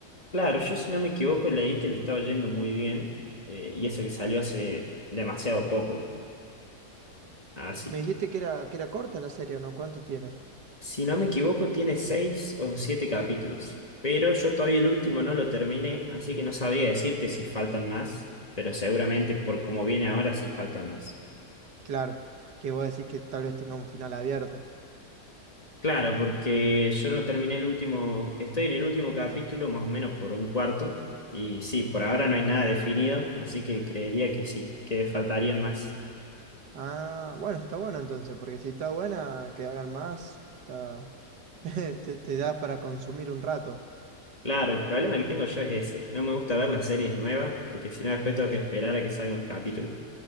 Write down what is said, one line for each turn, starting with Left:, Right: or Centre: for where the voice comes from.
Left: Claro, yo si no me equivoco leí que le estaba yendo muy bien eh, y eso que salió hace demasiado poco. Así
Right: Me
Left: que,
Right: dijiste que era, que era corta la serie, ¿o no? ¿Cuánto tiene?
Left: si no me equivoco, tiene seis o siete capítulos. Pero yo todavía el último no lo terminé, así que no sabría decirte si faltan más, pero seguramente por como viene ahora sí faltan más.
Right: Claro, que vos decís que tal vez tenga un final abierto.
Left: Claro, porque yo no terminé el último, estoy en el último capítulo más o menos por un cuarto y sí, por ahora no hay nada definido, así que creería que sí, que faltarían más.
Right: Ah, bueno, está bueno entonces, porque si está buena, que hagan más, está... <laughs> te, te da para consumir un rato.
Left: Claro, el problema que tengo yo es ese. No me gusta ver las series nuevas porque si no después tengo que esperar a que salgan los capítulos.